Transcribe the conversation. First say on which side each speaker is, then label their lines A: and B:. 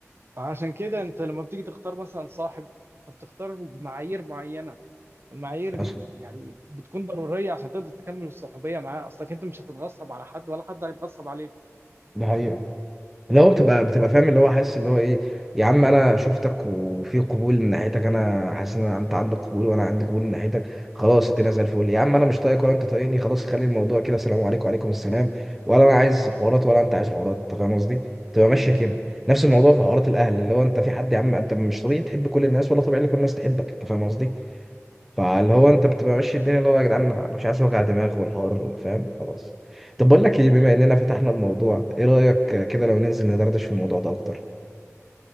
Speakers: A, on the right; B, in the centre.
A: فعشان كده انت لما بتيجي تختار مثلا صاحب انت بتختار بمعايير معينه والمعايير دي
B: حصل
A: يعني بتكون ضروريه عشان تقدر تكمل الصحوبيه معاه اصلك انت مش هتتغصب على حد ولا حد هيتغصب عليك
B: ده حقيقة اللي هو بتبقى بتبقى فاهم اللي هو حاسس اللي هو ايه يا عم انا شفتك وفي قبول من ناحيتك انا حاسس ان انت عندك قبول وانا عندي قبول من ناحيتك خلاص الدنيا زي الفل يا عم انا مش طايقك ولا انت طايقني خلاص خلي الموضوع كده سلام عليكم وعليكم السلام ولا انا عايز حوارات ولا انت عايز حوارات انت فاهم قصدي تبقى ماشيه كده نفس الموضوع
A: مم.
B: في حوارات الاهل اللي هو انت في حد يا عم انت مش طبيعي تحب كل الناس ولا طبيعي ان كل الناس تحبك انت فاهم قصدي فاللي هو انت بتبقى ماشي الدنيا اللي هو يا جدعان انا مش عايز وجع دماغ والحوار فاهم خلاص طب بقول لك ايه بما اننا فتحنا الموضوع ايه رأيك كده لو ننزل ندردش في الموضوع ده اكتر